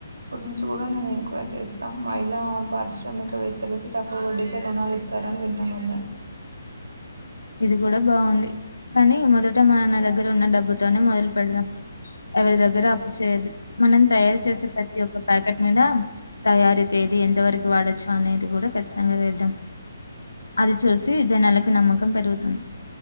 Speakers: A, on the right; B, on the left.
A: గురించి కూడా నేను ఇంక్వైరి చేస్తా మహిళ పారిశ్రామికవేత్తలకి తక్కువ వడ్డీ. కె రుణాళిస్తారని విన్నమమ్మే.
B: ఇది కూడా బాగుంది. కానీ మొదట మన నా దగ్గర ఉన్న డబ్బుతోనే మొదలు పెడదాం ఎవరి దగ్గర. దగ్గర అప్పు చేయొద్దు మనం తయారు చేసే ప్రతి ఒక్క ప్యాకెట్ మీద తయారి. ఏది ఎంత వరకు వాడొచ్చు అనేది కూడా ఖచ్చితంగా వేద్దాం అది చూసి జనాలకి. నమ్మకం పెరుగుతుంది.